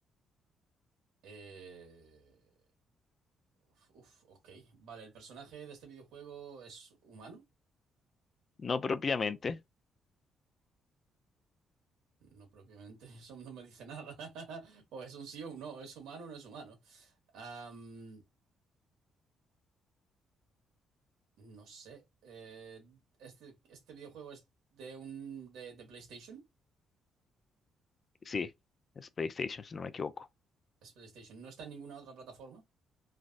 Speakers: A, on the right; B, on the left.
A: Eh... Uf, uf, ok. Vale, el personaje de este videojuego es humano.
B: No propiamente,
A: No propiamente, <laughs> eso no me dice nada. <laughs> O es un sí o un no, es humano o no es humano. Am, no sé. Eh, este, este videojuego es de un de, de PlayStation.
B: sí, es PlayStation, si no me equivoco.
A: Es PlayStation. No está en ninguna otra plataforma.